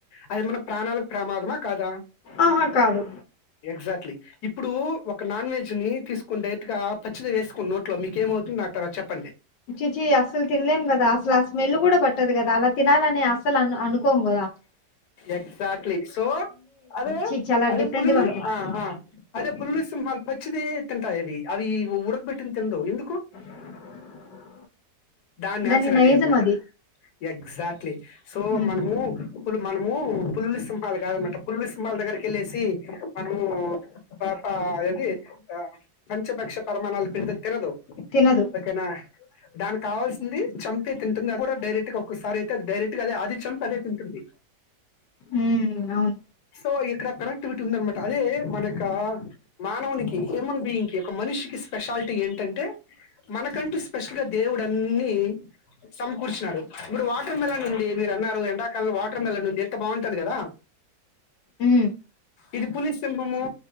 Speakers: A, on the left; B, on the left.
A: అది మన ప్రాణాలకు ప్రమాదమా కాదా
B: ఆహా కాదు
A: ఎగ్జాక్ట్లీ. ఇప్పుడు ఒక నాన్ వెజ్ ని తీసుకుంటె ఇంకా పచ్చిదే వేసుకుని నోట్లో మీకేమవుతుంది ఆ తర్వాత చెప్పండి.
B: చి చి అసలు తినలేం కదా అసలు ఆ స్మెల్ కూడా పట్టదు కదా అలా తినాలని అసలు అ అనుకోము కదా. రా
A: ఎక్సాక్ట్లీ సో అదే
B: చి చాలా
A: అదే
B: డిఫరెంట్
A: పులులు
B: గా ఉంటాయి
A: ఆ ఆ అదే పుల్లులు సింహాలు పచ్చిదే తింటాయివి అవి ఉడకబెట్టింది తినదు. ఎందు
B: <unintelligible>
A: దాని నేచర్
B: దాన్ని నైజం
A: అదే అన్న మాట.
B: అది
A: ఎగ్జాక్ట్లీ సో
B: మ్మ్
A: మనము మనము పుల్లి సింహాలు కాదన్నమాట పులలు సింహ వాళ్ళ దగ్గరిక వెళ్ళసి మనము పాప అది పంచపక్ష పరమాణాలు పెట్టిన తినదు
B: తినదు
A: ఓకేనా దానికి కావాల్సింది చంపి తింటుంది అది కూడా డైరెక్ట్ ఒక్కసారిఅయితే డైరెక్ట్ గా అది చంపి అదే తింటుంది
B: మ్మ్ అవును
A: సో ఇక్కడ కనెక్టివిటీ ఉందనమాట అదే మన యొక్క మానవునికి హ్యూమన్ బీయింగ్ ఈ యో ఒక్క మనిషికి స్పెషాలిటీ ఏంటంటే మనకంటూ స్పెషల్ గా దేవుడు ఆన్ని సమకూర్చన్నాడు ఇప్పుడు వాటర్ మెలన్ ఉంది మీరు అన్నారు ఎండాకాలం వాటర్ మెలన్ ఉంది ఎంత బాగుంటది కదా
B: హ్మ్
A: ఇది పులీస్ సింహము